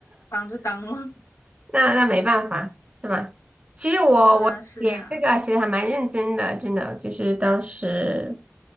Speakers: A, on the left; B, on the right.
A: 当就当了。<laughs>
B: 那那没办法，是吧？其实我写这个其实还蛮认真的，
A: 啊，是呀，
B: 真的，就是当时